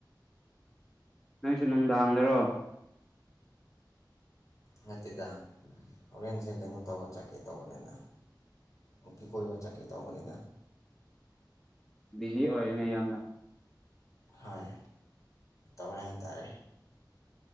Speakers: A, in the centre; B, on the left (about 45°).
A: ꯅꯪꯁꯨ ꯅꯨꯡꯗꯥꯡ ꯗꯔꯣ
B: ꯅꯠꯇꯦꯗ ꯍꯣꯔꯦꯟꯁꯦ ꯀꯩꯅꯣ ꯇꯧꯕ ꯆꯠꯀꯦ ꯇꯧꯕꯅꯤꯗ ꯅꯨꯄꯤ ꯀꯣꯏꯕ ꯆꯠꯀꯦ ꯇꯧꯕꯅꯤꯅ
A: ꯕꯤꯖꯤ ꯑꯣꯏꯔꯦꯅꯦ ꯌꯥꯝꯅ
B: ꯍꯣꯏ ꯇꯧꯔꯦ ꯍꯥꯏꯇꯥꯔꯦ